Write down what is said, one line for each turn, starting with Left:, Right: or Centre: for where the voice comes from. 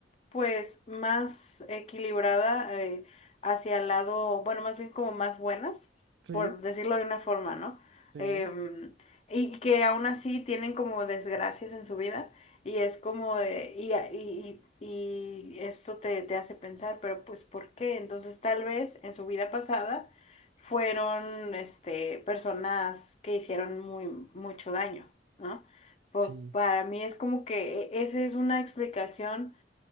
Left: pues más equilibrada eh, hacia el lado, bueno, más bien como más buenas,
Right: sí,
Left: por decirlo de una forma, ¿no?
Right: sí,
Left: Em, y que aún así tienen como desgracias en su vida y es como de, y, y, y- y esto te, te hace pensar, pero pues ¿por qué? Entonces tal vez en su vida pasada fueron este, personas que hicieron muy, mucho daño, ¿no? Po-
Right: sí.
Left: para mí es como que e- esa es una explicación